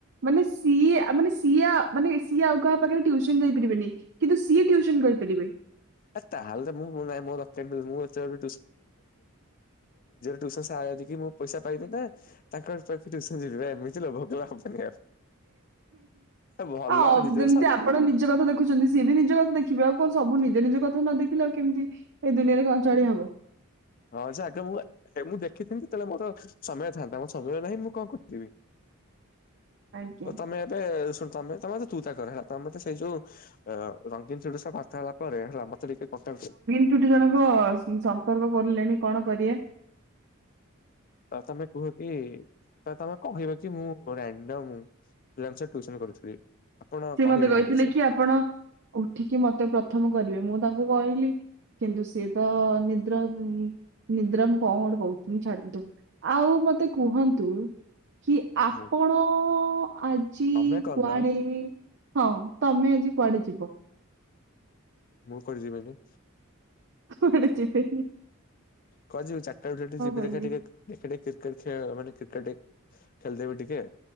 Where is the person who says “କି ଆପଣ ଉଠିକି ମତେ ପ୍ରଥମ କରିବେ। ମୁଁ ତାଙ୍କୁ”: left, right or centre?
Right